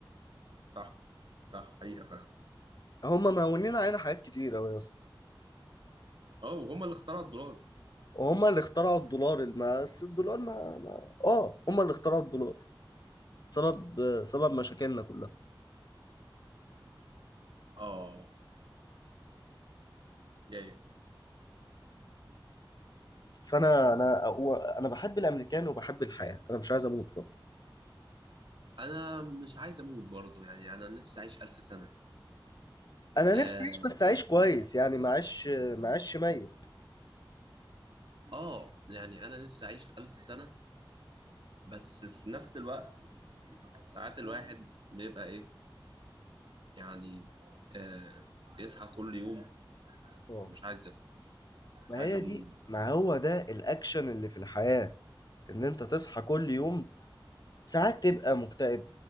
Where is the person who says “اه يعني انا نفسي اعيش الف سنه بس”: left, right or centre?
Right